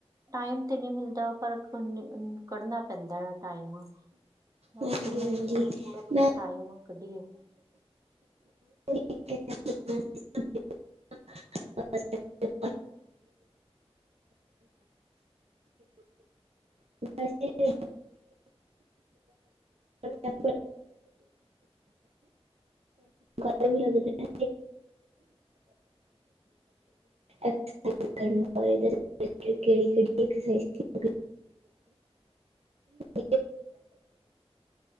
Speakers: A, on the right (about 35°); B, on the right (about 75°).
A: ਟਾਈਮ ਤੇ ਨਹੀਂ ਮਿਲਦਾ ਪਰ ਕੱਢਨਾ ਪੈਂਦਾ ਹੈ ਟਾਈਮ ਬਸ
B: ਹਾਂਜੀ
A: ਕਹਿੰਦੀ
B: ਹਾਂਜੀ
A: ਚਲੋ ਥੋੜਾ ਬਹੁਤਾ
B: ਮੈਂ
A: ਟਾਈਮ ਕੱਢੀਏ
B: <unintelligible> <unintelligible> <unintelligible> <unintelligible> <unintelligible> ਬਾਹਰ ਵੀ ਲਗਨੇ ਇੱਥੇ <unintelligible> ਕਿਹੜੀ ਕਿਹੜੀ ਐਕਸਰਸਾਈਜ਼ <unintelligible> <unintelligible>